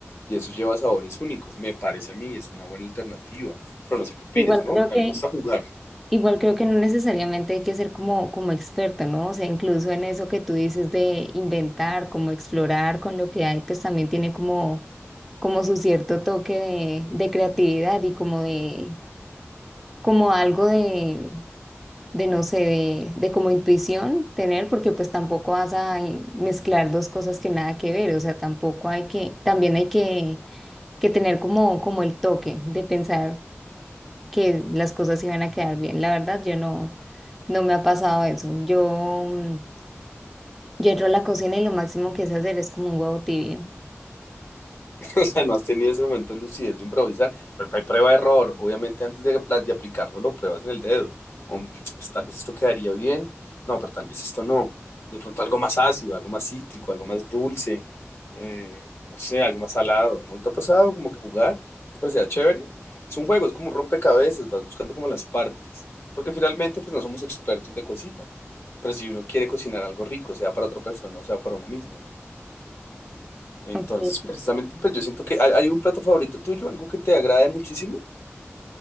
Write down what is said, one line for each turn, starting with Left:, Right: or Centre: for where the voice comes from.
Left: Y eso lleva sabores únicos, me parece a mí, es una buena alternativa, pero no sé qué opines,
Centre: Igual
Left: ¿no?
Centre: creo
Left: Para
Centre: que,
Left: mí me gusta jugar.
Centre: igual creo que no necesariamente hay que ser como, como experto, ¿no? O sea, incluso en eso que tú dices de inventar, como explorar con lo que hay, pues también tiene como como su cierto toque de, de creatividad y como de, como algo de, de no sé, de, de como intuición tener, porque pues tampoco vas a mezclar dos cosas que nada que ver, o sea, tampoco hay que, también hay que, que tener como, como el toque de pensar que las cosas iban a quedar bien. La verdad, yo no, no me ha pasado eso. Yo, mm, yo entro a la cocina y lo máximo que sé hacer es como un huevo tibio.
Left: <laughs> o sea, no has tenido ese momento de lucidez de improvisar, pero hay prueba de error, obviamente antes de, apl- de aplicarlo lo pruebas en el dedo, o, <tsk> tal vez esto quedaría bien, no, pero tal vez esto no, de pronto algo más ácido, algo más cítrico, algo más dulce, eh, no sé, algo más salado, ¿no te ha pasado como que jugar? ¿No te parecía chévere? Es un juego, es como un rompecabezas, vas buscando como las partes, porque finalmente pues no somos expertos de cocina, pero si uno quiere cocinar algo rico, sea para otra persona o sea para uno mismo. Entonces,
Centre: Aunque,
Left: precisamente, pues yo siento que hay, hay un plato favorito tuyo, algo que te agrade muchísimo